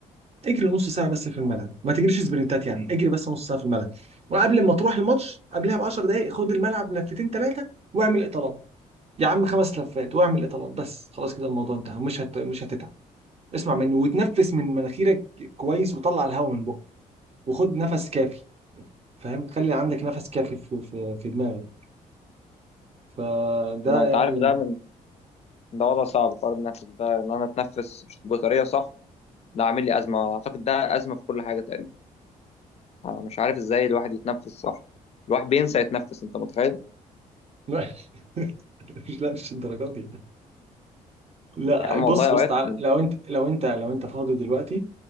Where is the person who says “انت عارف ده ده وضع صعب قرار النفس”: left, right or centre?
Left